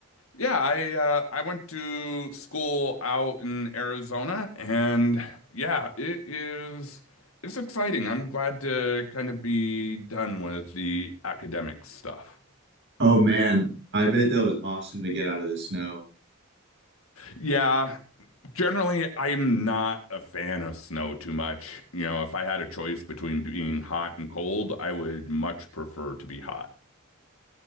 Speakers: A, on the left; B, on the right.
A: Yeah, I uh, I went to school out in Arizona, and yeah, it is it's exciting. I'm glad to kind of be done with the academic stuff.
B: Oh man, I bet that was awesome to get out of the snow.
A: Yeah, generally, I'm not a fan of snow too much. You know, if I had a choice between being hot and cold, I would much prefer to be hot.